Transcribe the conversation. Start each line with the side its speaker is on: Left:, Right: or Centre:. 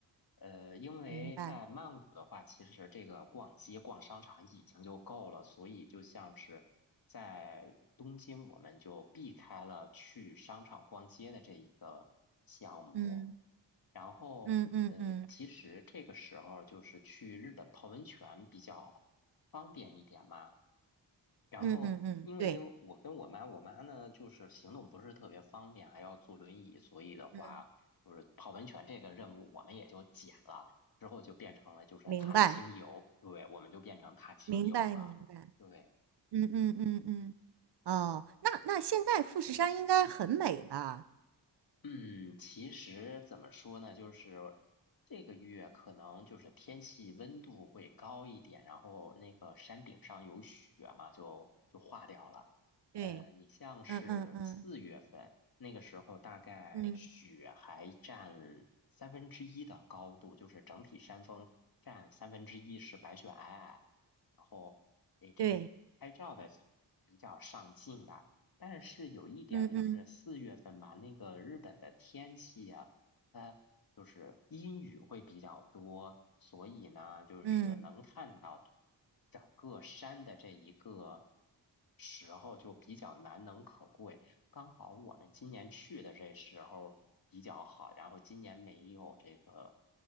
Left: 呃，因为在曼谷的话，
Right: 明白，
Left: 其实这个逛街、逛商场已经就够了，所以就像是在东京，我们就避开了去商场逛街的这一个项目。
Right: 嗯
Left: 然后，
Right: 嗯嗯嗯
Left: 呃，其实这个时候就是去日本泡温泉比较方便一点嘛。然后，
Right: 嗯嗯嗯，
Left: 因为我跟我妈，
Right: 对，
Left: 我妈呢就是行动不是特别方便，还要坐轮椅，所以的话，
Right: 嗯，
Left: 就是泡温泉这个任务我们也就减了，之后就变成了就是踏青游，
Right: 明白。
Left: 对，我们就变成踏青游了，
Right: 明白明白，
Left: 对。
Right: 嗯嗯嗯嗯，哦，那那现在富士山应该很美吧？
Left: 嗯，其实怎么说呢，就是这个月可能就是天气温度会高一点，然后那个山顶上有雪嘛，就就化掉了。
Right: 对
Left: 呃，你像是四月份那个时候，
Right: 嗯嗯嗯
Left: 大概雪还占三分之一的高度，
Right: 嗯
Left: 就是整体山峰占三分之一是白雪皑皑，然后诶，这个拍照的
Right: 对，
Left: 比较上镜吧。但是有一点就是四月份吧，
Right: 嗯嗯
Left: 那个日本的天气呀、它就是阴雨会比较多，所以呢，就是能看到
Right: 嗯，
Left: 整个山的这一个时候就比较难能可贵。刚好我们今年去的这时候比较好，然后今年没有这个